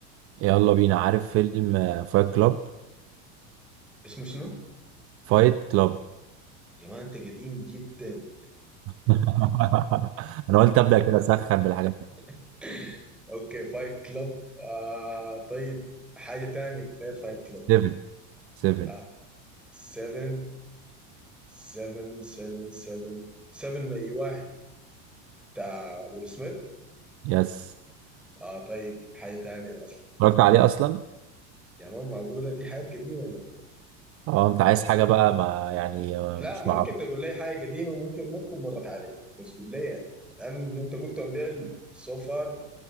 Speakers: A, on the right; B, in the centre.
A: يلا بينا عارف فيلم فايت كلاب
B: اسمه شنو؟
A: فايت كلاب
B: يا مان أنت قديم جدا
A: <laughs> انا قلت ابدا كده اسخن بالحاجات دي
B: <laughs> أوكي فايت كلاب آه طيب حاجة تانية غير فايت كلاب
A: 7 7
B: آه 7 سفن سفن سفن سفن اي واحد بتاع ويل سميث
A: يس
B: اه طيب حاجه تانية اصلا
A: اتفرجت عليه اصلا
B: يا مان معقوله دي حاجات قديمه يا مان.
A: اه انت عايز حاجه بقى ما يعني آه،
B: لا
A: مش
B: ممكن
A: معروف
B: تقول لي حاجه قديمه ممكن ما تكون مرت علي بس قول لي يعني لانه اللي انت قلتهم ديل سو فار